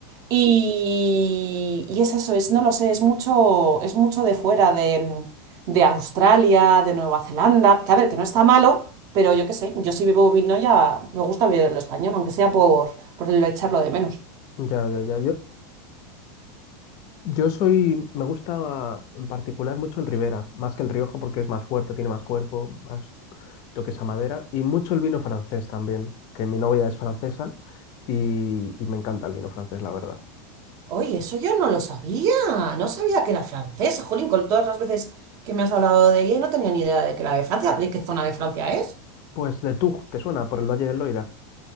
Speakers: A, on the right; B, on the left.
A: Y, y es eso, es, no lo sé, es mucho, es mucho de fuera, de, de Australia, de Nueva Zelanda, que a ver, que no está malo, pero yo qué sé, yo si bebo vino ya me gusta beberlo español, aunque sea por, por el echarlo de menos.
B: Ya, ya, ya. Yo, Yo soy, me gusta en particular mucho el Ribera, más que el Rioja porque es más fuerte, tiene más cuerpo, más toques a madera y mucho el vino francés también, que mi novia es francesa y, y me encanta el vino francés, la verdad.
A: Oye, eso yo no lo sabía. No sabía que era francesa. Jolín, con todas las veces que me has hablado de ella, no tenía ni idea de que era de Francia, de qué zona de Francia es.
B: Pues de Tug, ¿te suena? Por el Valle del Loira.